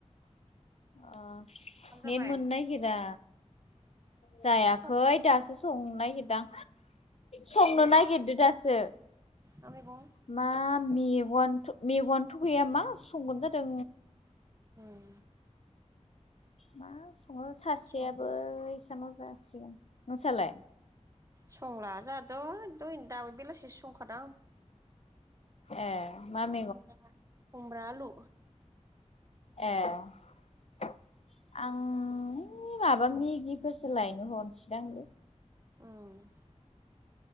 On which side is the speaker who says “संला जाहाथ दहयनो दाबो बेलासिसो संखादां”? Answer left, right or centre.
Right